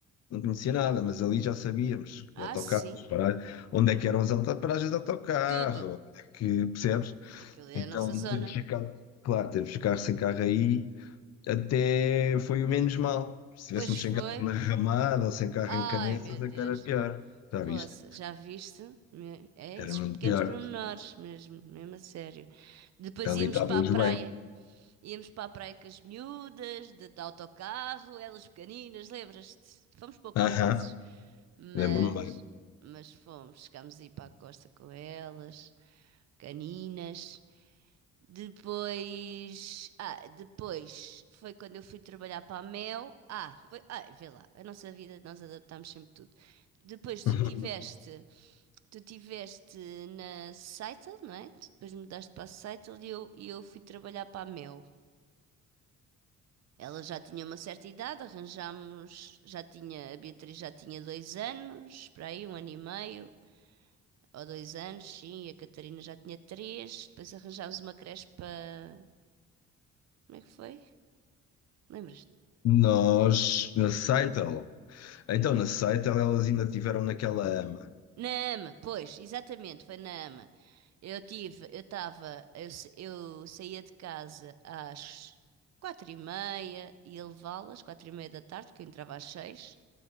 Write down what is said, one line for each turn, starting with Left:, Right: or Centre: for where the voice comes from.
Left: não conhecia nada, mas ali já sabíamos,
Right: Ah,
Left: com autocarros,
Right: sim.
Left: para, onde é que eram as alta- paragens de autocarro,
Right: Tudo.
Left: onde é que, percebes?
Right: Aquilo é
Left: Então
Right: a nossa zona.
Left: temos ficado, claro, temos ficado sem carro aí, até foi o menos mal. Se tivéssemos
Right: Pois
Left: sem
Right: foi.
Left: carro na Ramada ou sem carro
Right: Ai,
Left: em Caneças,
Right: meu
Left: é
Right: Deus.
Left: que era pior, já
Right: Poxa,
Left: viste?
Right: já viste? Me- É
Left: Era
Right: esses
Left: muito
Right: pequenos
Left: pior.
Right: pormenores mesmo, mesmo a sério. Depois
Left: Ali
Right: íamos
Left: estávamos
Right: para a praia.
Left: bem.
Right: Íamos para a praia com as miúdas, de autocarro, elas pequeninas, lembras-te? Fomos poucas
Left: Aham,
Right: vezes. Mas,
Left: lembro-me bem.
Right: mas fomos, chegámos a ir para a costa com elas, caninas. Depois, ah, depois foi quando eu fui trabalhar para a Mel. Ah, foi, ah, vê lá, a nossa vida nós adaptámos sempre tudo. Depois tu
Left: <laughs>
Right: tiveste, tu tiveste na Seitel, não é? Tu depois mudaste para a Seitel e eu, e eu fui trabalhar para a Mel. Ela já tinha uma certa idade, arranjámos, já tinha, a Beatriz já tinha dois anos, para aí, um ano e meio, ou dois anos, sim, e a Catarina já tinha três. Depois arranjámos uma creche para. Como é que foi? Lembras-te?
Left: Nós, na Seitel, então na Seitel elas ainda tiveram naquela ama.
Right: Na AMA, pois, exatamente, foi na AMA. Eu tive, eu estava, eu, sa- eu saía de casa às quatro e meia e ia levá-las, quatro e meia da tarde, porque eu entrava às seis,